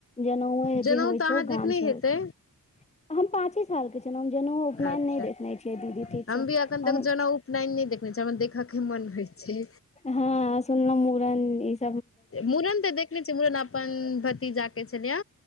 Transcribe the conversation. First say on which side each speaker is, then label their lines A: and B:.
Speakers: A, on the left (about 20°); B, on the left (about 35°).
A: जनेउए
B: जनउ
A: जे होइ
B: तऽ अहाँ
A: छै ओ
B: देखने
A: गाम से होइ
B: हेतै
A: छै हम पाँचे सालके छलहुँ हम जनेउ उपनयन
B: अच्छा
A: नहि देखने छियै दीदी ठीकसँ
B: हम भी एखन तक
A: हम
B: जनेउ नहि नै देखने छ हमर देखय के मन होइ छै
A: हँ सनलोऊ मुरन इछ
B: मूड़न तऽ देखनेे छियै मूड़न अपन भतीजाक के छलियै